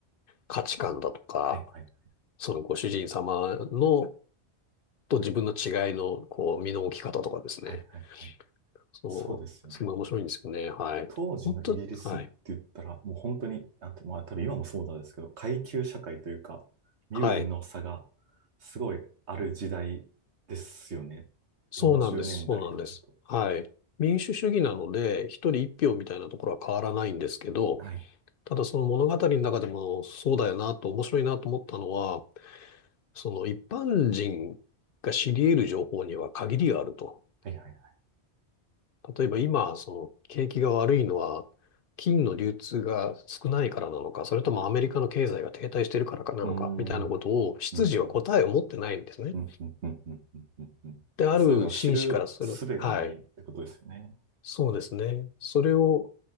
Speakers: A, on the left (about 60°); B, on the right (about 80°).
A: 価値観だとか、
B: はいはいはい
A: そのご主人様の、と自分の違いの、こう、身の置き方とかですね、
B: はい。はいはいはい。
A: そうすごい面白いんですよね。
B: そうですよね。
A: はい。
B: 当時のイギリスって言ったら、
A: 本当、はい。
B: もう本当に、なんて、まあ多分今もそうなんですけど、階級社会というか、身分の差が
A: はい。
B: すごいある時代ですよね。
A: そうなんです。
B: 40年代とかだと。
A: そうなんです。はい。民主主義なので、一人一票みたいなところは変わらないんですけど、
B: はい、
A: ただその物語の中でもそうだよなと面白いなと思ったのは、その一般人が知り得る情報には限りがあると。
B: はい、はい、はい。
A: 例えば今、その景気が悪いのは金の流通が少ないからなのか、それともアメリカの経済が停滞してるからかなのか、
B: うーん、
A: みたいなことを、
B: うん、
A: 執事は答えを持ってないんですね。
B: うん、うん、うん、うん、うん、うん、うんうんそういうのを知る術がないってことですよね。
A: で、ある紳士からする。はい。そうですね。それを、